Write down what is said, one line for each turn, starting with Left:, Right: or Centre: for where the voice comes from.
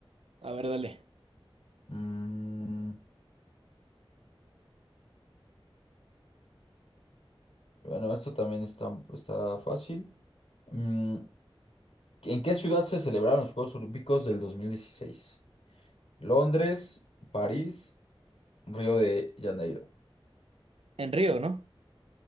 Right: A ver, dale.
Left: Mm, bueno, esto también está, está fácil. Mm, ¿en qué ciudad se celebraron los Juegos Olímpicos del dos mil dieciséis ¿Londres, París Río de Janeiro.
Right: En Río, ¿no?